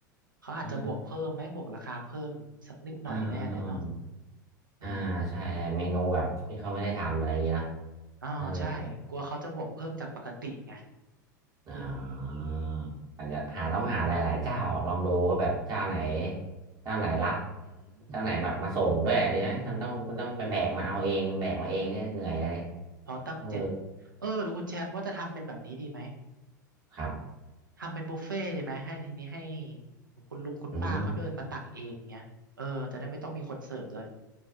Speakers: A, on the right (about 85°); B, on the right (about 35°).
A: เขาอาจจะบวกเพิ่มไหมบวกราคาเพิ่มสักนิดหน่อยแน่เลยเนาะ
B: เออเออเออเออเออ
A: เออ
B: อ่าใช่ใช่เมนูแบบที่เขาไม่ได้ทำอะไรอย่างเงี้ยเนอะ
A: อ๋อใช่กลัวเขาจะบวกเพิ่มจากปกติไง
B: เออ อ่
A: อืม
B: าอาจจะหาต้องหาหลายๆเจ้าลองดูว่าแบบเจ้าไหนเจ้าไหนรับ
A: อื
B: เจ้าไหนแบบมาส่งด้วยดีไหมมันต้องมันต้องไปแบกมาเอาเองแบกมาเองเนี่ยเหนื่อยเลย
A: มใช่ อืมเราตั้งเจ็ด
B: เออ
A: เออหรือคุณแชมป์ว่าจะทำเป็นแบบนี้ดีไหม
B: ครับ
A: ทำเป็นบุฟเฟ่ต์ดีไหมให้ทีนี้ให้คุณลุงคุณป้าเขาเดินมาตักเองเงี้ยเออจะได้ไม่ต้องมีคนเสิร์ฟด้วย
B: อืม